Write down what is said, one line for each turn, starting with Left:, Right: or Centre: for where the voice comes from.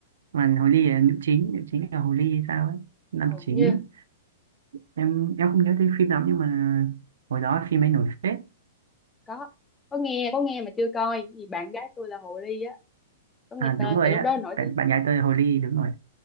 Right: mà Hồ Ly là nữ chính nữ chính là Hồ Ly hay sao ấy nam
Left: hầu
Right: chính
Left: như
Right: em em không nhớ tên phim lắm nhưng mà hồi đó phim ấy nổi phết
Left: có có nghe có nghe mà chưa coi vì bạn gái tôi là hồ ly á có nghe
Right: À,
Left: tên
Right: đúng rồi
Left: tại lúc
Right: ạ
Left: đó nổi
Right: bạn,
Left: tiếng
Right: bạn gái tôi hồ ly đúng rồi